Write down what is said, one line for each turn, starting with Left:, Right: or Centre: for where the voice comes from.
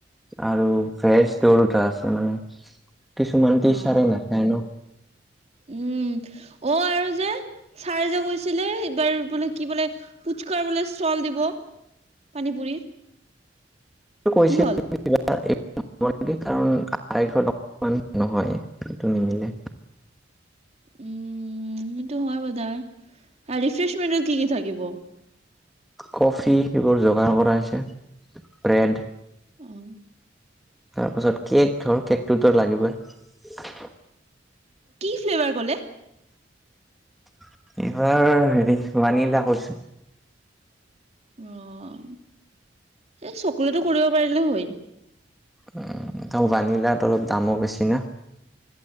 Centre: আৰু ভেজ দুয়োদুটা আছে মানে। কিছুমান টিচাৰে
Right: অ
Centre: নাখায় ন।
Right: উম, অ আৰু যে, ছাৰে যে কৈছিলে এইবাৰ বোলে, কি বোলে পুচকাৰ বোলে চল দিব, পানী পুৰ
Centre: কৈছিল
Right: কি হল?
Centre: <unintelligible> নহয়, সেইটো নিমিলে।
Right: উম, সেইটো হোৱা কথা। আৰু ৰিফ্ৰেছমেণ্টত কি কি থাকিব?
Centre: কফি, সেইবোৰ যোগাৰ কৰা হৈছে, ব্ৰেড
Right: উম।
Centre: তাৰপাছত কেক ধৰ, কেকটোতো লাগিবই।
Right: কেইবাৰ গ'লে?
Centre: <unintelligible> হেৰি মানিলা কৈছো।
Right: অ'। এই চকলেটো কৰিব পাৰিলে হয়।
Centre: উ, ত' ভানিলাটো অলপ দামো বেছি না।